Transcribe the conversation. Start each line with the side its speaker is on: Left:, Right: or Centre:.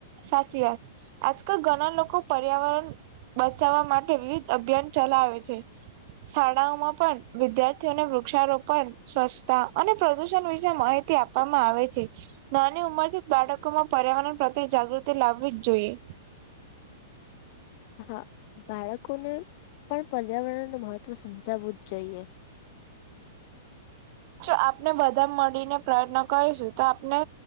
Right: સાચી વાત. આજકાલ ઘણા લોકો પર્યાવરણ બચાવવા માટે વિવિધ અભિયાન ચલાવે છે. શાળાઓમાં પણ વિદ્યાર્થીઓને વૃક્ષારોપણ સ્વચ્છતા અને પ્રદુષણ વિશે માહિતી આપવામાં આવે છે. નાની ઉંમરથી જ બાળકોમાં પર્યાવરણ પ્રત્યે જાગૃતિ લાવવી જ જોઈએ.
Left: હા બાળકોને પણ પર્યાવરણનું મહત્ત્વ સમજાવવું જ જોઈએ.
Right: જો આપને બધા મળીને પ્રયત્ન કરીશું તો આપને